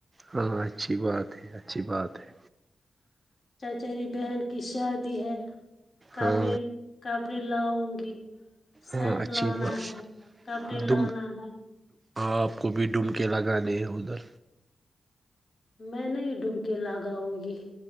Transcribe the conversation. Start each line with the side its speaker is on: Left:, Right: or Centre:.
Right: ہاں اچھی بات ہے اچھی بات ہے
Left: چچری بہن کی شادی ہے کبڑے
Right: ہاں
Left: کبڑے لاؤ گی سیٹ
Right: ہاں اچھی
Left: لانا
Right: بات
Left: ہے کپڑے لانا
Right: دم
Left: ہے
Right: آپ کو بھی ڈومکے لگانے ہیں ادھر
Left: میں نہیں ڈومکے لاگاؤں گی